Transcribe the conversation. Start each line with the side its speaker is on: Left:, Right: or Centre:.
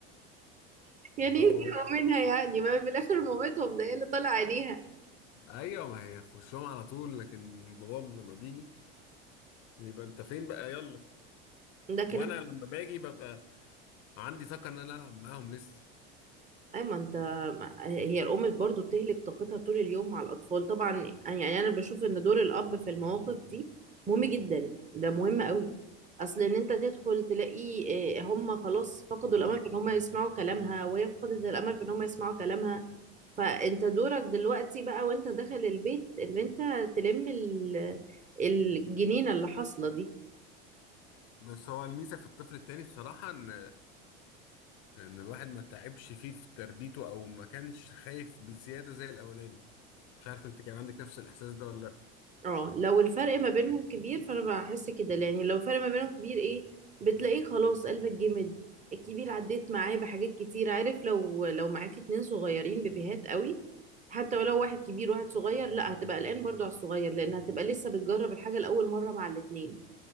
Right: <laughs> يعني
Left: <laughs>
Right: ايه زهقوا منها يعني ما في الآخر مامتهم ده هي اللي طالع عينيها
Left: ايوه ما هي في وشهم على طول لكن بابام لما بيجي يبقى انت فين بقى يلا
Right: لكن
Left: وانا لما باجي ببقى عندي طاقه ان انا العب معاهم لسه
Right: اي ما انت ما- هي الام برضو بتهلك طاقتها طول اليوم مع الاطفال طبعا يعني انا بشوف ان دور الاب في المواقف دي مهم جدا ده مهم قوي اصل ان انت تدخل تلاقي آه، هم خلاص فقدوا الامل في ان هم يسمعوا كلامها وهي فقدت الامل في ان هم يسمعوا كلامها فانت دورك دلوقتي بقى وانت داخل البيت ان انت تلم ال- الجنينة اللي حاصلة دي
Left: بس هو الميزه في الطفل التاني بصراحه ان ان الواحد ما تعبش فيه في تربيته او ما كانش خايف بزياده زي الاولاني مش عارف انت كان عندك نفس الاحساس ده ولا لا
Right: اه لو الفرق ما بينهم كبير فانا بحس كده يعني لو الفرق ما بينهم كبير ايه بتلاقيه خلاص قلبك جمد الكبير عديت معاه بحاجات كتير عارف لو لو معاك اتنين صغيرين بيبيهات قوي حتى ولو واحد كبير وواحد صغير لا هتبقى قلقان برضو على الصغير لان هتبقى لسه بتجرب الحاجة لأول مرة مع الاتنين